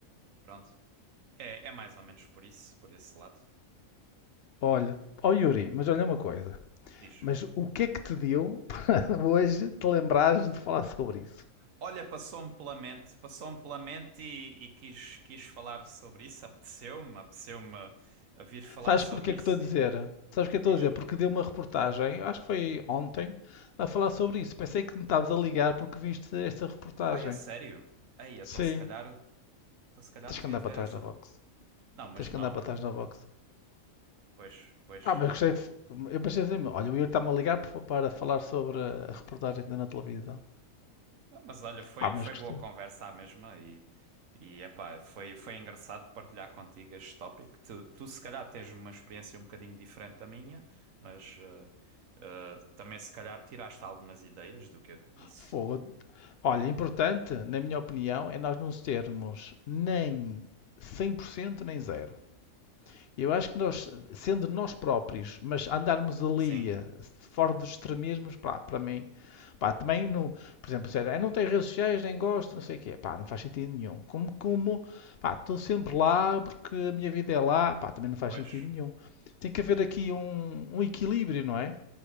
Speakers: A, on the right (about 70°); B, on the left (about 65°).
A: Pronto. É, é mais ou menos por isso, por esse lado.
B: Olha, ó Yuri, mas olha uma coisa.
A: Diz.
B: Mas o que é que te deu <laughs> para hoje te lembrares de falar sobre isso?
A: Olha, passou-me pela mente, passou-me pela mente e, e quis, quis falar sobre isso. Apeteceu-me, apeteceu-me a vir falar
B: Sabes
A: sobre
B: porque é
A: isso
B: que estou a dizer?
A: e
B: Sabes o que é que estou
A: diz.
B: a dizer? Porque deu uma reportagem, acho que foi ontem, a falar sobre isso. Pensei que me estavas a ligar porque viste esta reportagem.
A: Ai, é sério? Aí, então
B: Sim,
A: se calhar, então, se calhar
B: tens
A: devia
B: que andar
A: de
B: para
A: ver
B: trás
A: essa.
B: da box.
A: Não, mas
B: Tens que
A: não.
B: andar para trás da box.
A: Pois, pois.
B: Ah, mas gostei que. fo- Eu pensei assim, olha, o Yuri está-me a ligar para para falar sobre a reportagem que deu na televisão.
A: Ah, mas olha, foi,
B: Ah, mas
A: foi
B: gostei.
A: boa conversa à mesma e, e epá, foi, foi engraçado partilhar contigo este tópico. Tu, tu se calhar tens uma experiência um bocadinho diferente da minha, mas ah, ah, também se calhar tiraste algumas ideias do que eu te disse.
B: Fogo, Olha, importante, na minha opinião, é nós não termos nem 100% nem zero. Eu acho que nós, sendo nós próprios, mas andarmos ali
A: Sim,
B: eh, fora dos extremismos, pá, para mim, pá, também não, por exemplo, dizer, "Ah, não tem redes sociais, nem gosto, não sei o quê, pá, não faz sentido nenhum. Como, como, pá, estou sempre lá porque a minha vida é lá, pá, também não faz
A: pois,
B: sentido nenhum. Tem que haver aqui um, um equilíbrio, não é?